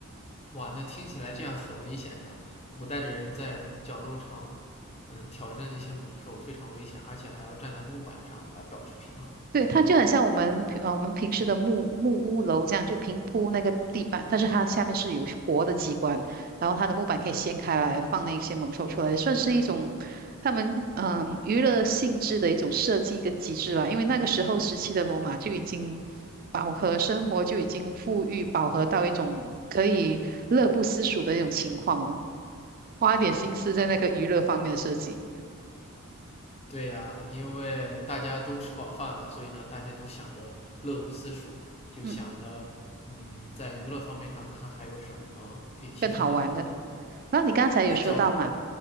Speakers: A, on the left (about 30°); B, on the right (about 40°).
A: 哇，那听起来这样很危险呀！古代的人在角斗场，嗯，挑战那些猛兽非常危险，而且还要站在木板上来保持平衡。
B: 对，它就很像我们平呃我们平时的木木屋楼这样，就平铺那个地板，但是它下面是有活的机关，然后它的木板可以掀开来放那些猛兽出来，算是一种他们嗯、娱乐性质的一种设计一个机制吧。因为那个时候时期的罗马就已经饱和生活就已经富裕饱和到一种可以乐不思蜀的一种情况了，花一点心思在那个娱乐方面的设计，
A: 哦，原对对呀，因为大家都吃饱饭了，所以呢，大家都想着乐不思蜀，就想着，
B: 嗯，
A: 嗯，在娱乐方面上看还有什么可以提升的地方。
B: 更好玩的。然后你刚才有说到嘛，
A: 对，那角斗，